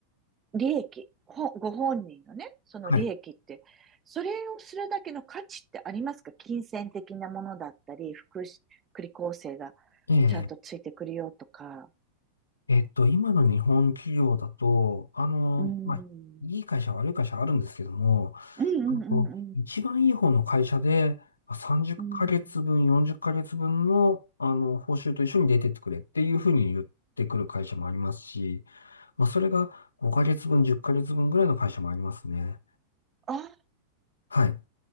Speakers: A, on the right (about 25°); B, on the left (about 75°).
A: 利益、ご本人のね、その利益って、
B: はい。
A: それをするだけの価値ってありますか金銭的なものだったり、福祉、福利厚生が
B: ええ、
A: ちゃんとついてくるよとか。
B: えっと、今の日本企業だと、あの、
A: うーん。
B: まあ、いい会社、悪い会社あるんですけども、
A: うんうんうんうん。
B: あの、一番いい方の会社で、まあ30ヶ月分、
A: うん。
B: 40ヶ月分の、あの、報酬と一緒に出てってくれっていうふうに言ってくる会社もありますし、まあ、それが5ヶ月分、10ヶ月分ぐらいの会社もありますね。
A: ああ、
B: はい。